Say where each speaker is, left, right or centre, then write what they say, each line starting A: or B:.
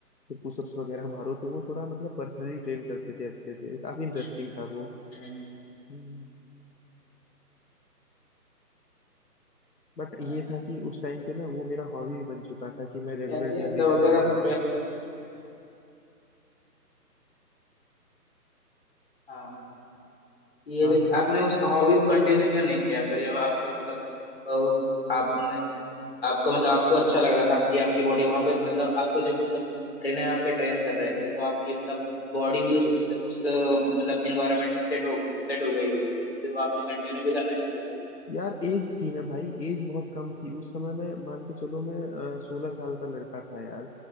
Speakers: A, on the left; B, on the left.
A: फिर पुशअप्स वगैरह मारो तो वो थोड़ा मतलब पर्सनली ट्रेन करते थे अच्छे से काफी इंटरेस्टिंग
B: हम्म,
A: था वो
B: हम्म,
A: हम्म। बट
B: हाँ
A: ये था कि उस टाइम पे ना वो मेरा हॉबी भी बन चुका था कि मैं रेगुलर
B: ऐसे ही
A: जिम
B: मतलब
A: भी जाने
B: अगर
A: लगा
B: आप
A: था
B: हाँ ये
A: हाँ
B: लेक-
A: हाँ
B: आपने उस हॉबी को कंटिन्यू क्यों नहीं किया फिर जब आपकी मतलब अ, वो आपने आपको मतलब आपको अच्छा लग रहा था आपकी आपकी बॉडी वहां पे मतलब आपको जब मतलब ट्रेनर आपके ट्रेन कर रहे थे तो आपकी मतलब बॉडी भी उस उस, उस अ, मतलब इन्वायरमेंट में सेट हो सेट हो गई होगी तो फिर वो आपने कंटिन्यू भी करना चाहिए था
A: यार एज थी ना भाई एज बहुत कम थी उस समय में मान के चलो मैं सोलह साल का लड़का था यार